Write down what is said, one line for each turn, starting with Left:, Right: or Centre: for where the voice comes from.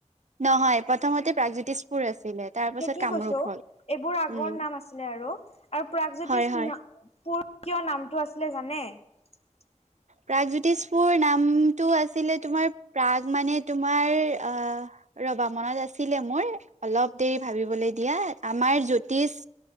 Right: নহয় প্ৰথমতে প্ৰাগজ্যোতিষপুৰ আছিলে তাৰ পাছত
Left: সেইটোয়ে
Right: কামৰূপ
Left: কৈছো
Right: হ'ল।
Left: এইবোৰ আগৰ
Right: উম
Left: নাম আছিলে আৰু আৰু প্ৰাগজ্যোতিষ
Right: হয় হয়
Left: না পুৰ কিয় নামটো আছিলে জানে <inaudible>
Right: প্ৰাগজ্যোতিষপুৰ নামটো আছিলে তোমাৰ প্ৰাগ মানে তোমাৰ আহ ৰবা মনত আছিলে মোৰ অলপ দেৰি ভাবিবলে দিয়া আমাৰ জ্যোতিষ